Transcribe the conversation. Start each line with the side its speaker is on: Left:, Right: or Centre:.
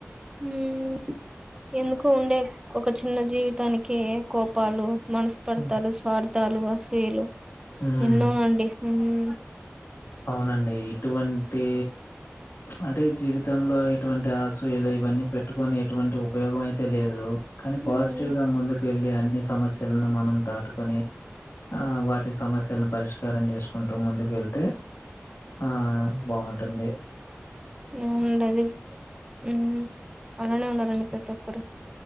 Right: మ్ ఎందుకు ఉండే ఒక చిన్న జీవితానికి కో పాలు మనస్పర్థలు
Left: హ్మ్.
Right: స్వార్థ తలు అసుూయలు
Left: హ్మ్.
Right: ఎన్నో అండి హ్మ్
Left: అవునండి ఎటువంటీ అంటే జీవితంలో ఎటువంటి ఆసూయులు ఇవన్నీ పెట్టుకొని ఎటువంటి ఉపయోగం అయితే లేదు కానీ పాజిటివ్
Right: ఉమ్
Left: గా ముందుకు వెళ్ అన్ని సమస్య లను మనం దాటుకొని ఆ వాటి సమస్యలను పరిష్కారం చేసుకుంటూ ముందుకెళ్తే ఆ బాగుంటుంది
Right: హ్మ్ ఉండది హ్మ్ అలానే ఉండాలండి ప్రతి ఒక్కరు